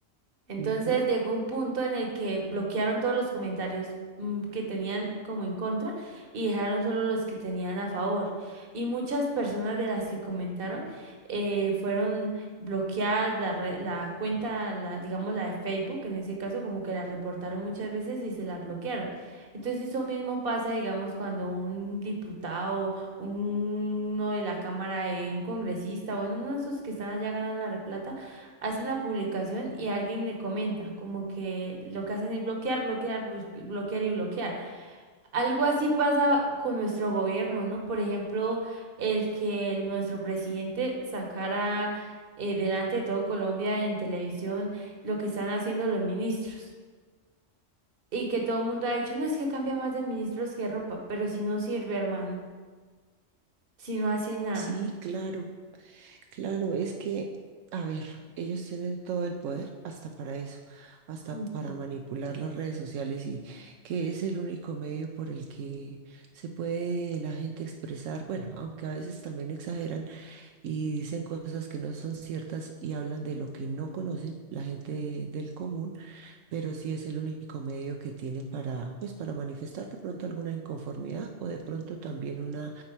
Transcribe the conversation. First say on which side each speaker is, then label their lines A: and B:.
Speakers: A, on the right (about 50°); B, on the right (about 80°).
A: Entonces
B: Ujú.
A: llegó un punto en el que bloquearon todos los comentarios mm, que tenían como en contra y dejaron solo los que tenían a favor. Y muchas personas de las que comentaron eh, fueron bloqueadas la, re- la cuenta, la, digamos la de Facebook, en ese caso como que la reportaron muchas veces y se la bloquearon. Entonces eso mismo pasa, digamos, cuando un diputado, un- uno de la Cámara, de un congresista, bueno, uno de esos que están allá ganando la replata hace una publicación y alguien le comenta, como que lo que hacen es bloquear, bloquear, blos- bloquear y bloquear. Algo así pasa con nuestro gobierno, ¿no? Por ejemplo, el que el- nuestro presidente sacara eh, delante de todo Colombia en televisión lo que están haciendo los ministros. Y que todo el mundo ha dicho, no es que cambia más de ministros que ropa, pero si no sirve, hermano, si no hace nada.
B: Sí, claro. Claro, es que, a ver, ellos tienen todo el poder hasta para eso, hasta
A: Uy,
B: para
A: sí.
B: manipular las redes sociales y que es el único medio por el que se puede la gente expresar, bueno, aunque a veces también exageran y dicen cosas que no son ciertas y hablan de lo que no conocen la gente del común pero sí es el único medio que tienen para, pues, para manifestar de pronto alguna inconformidad o de pronto también una